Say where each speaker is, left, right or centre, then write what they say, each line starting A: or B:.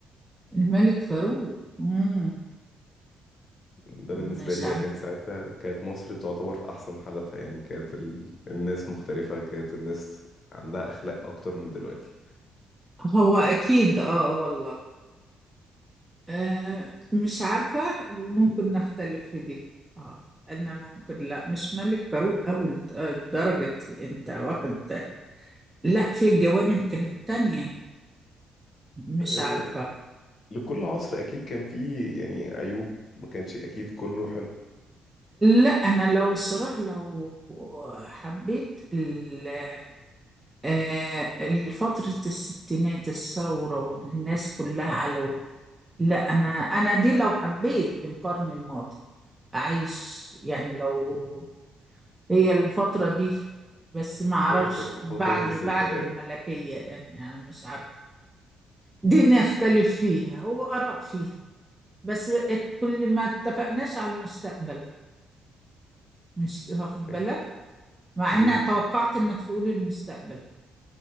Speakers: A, on the right; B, on the left.
A: الملك فاروق مم.
B: ده
A: مش
B: بالنسبة لي
A: عاجبني
B: يعني كان ساعتها كانت مصر تعتبر في أحسن حالتها يعني كانت ال... الناس مختلفة كانت الناس عندها أخلاق أكتر من دلوقتي
A: هو أكيد آه والله آه مش عارفة ممكن نختلف في دي آه أنا ممكن لا مش ملك فاروق أوي لد- آه، درجة أنت واخد لا في جوانب كانت تانية مش
B: أه...
A: عارفة
B: لكل عصر أكيد كان فيه يعني عيوب ما كانش أكيد كله حلو
A: لا أنا لو الصراحة لو حبيت ال- آه، فترة الستينات الثورة والناس كلها على لا أنا أنا دي لو حبيت في القرن الماضي أعيش يعني لو هي الفترة دي بس ما اعرفش
B: اللي هي بتبقى
A: بعد
B: فترة الستينات
A: بعد الملكية يعني انا مش عارف دي نختلف فيها وآراء فيها بس كل ما اتفقناش على المستقبل مش واخد
B: أه،
A: بالك مع
B: مهم.
A: اني توقعت انك تقول المستقبل